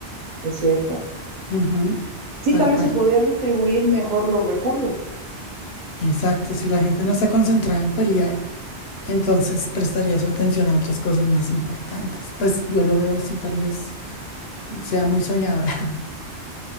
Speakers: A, on the right (about 45°); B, on the left (about 70°).
A: es cierto.
B: Ujú,
A: Sí,
B: Tal
A: tal
B: cual.
A: vez se podrían distribuir mejor los recursos.
B: Exacto. Si la gente no está concentrada en pelear, entonces prestaría su atención a otras cosas más importantes. Pues yo lo veo así, tal vez sea muy soñadora.